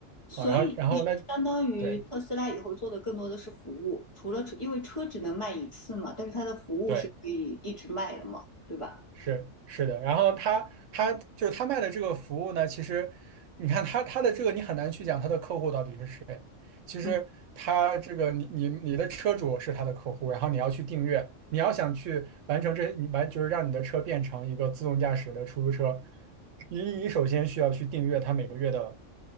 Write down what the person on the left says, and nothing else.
所以其实相当于特斯拉以后做的更多的是服务，
除了车，因为车只能卖一次嘛，但是它的服务是可以一直卖的嘛，
对吧？
嗯，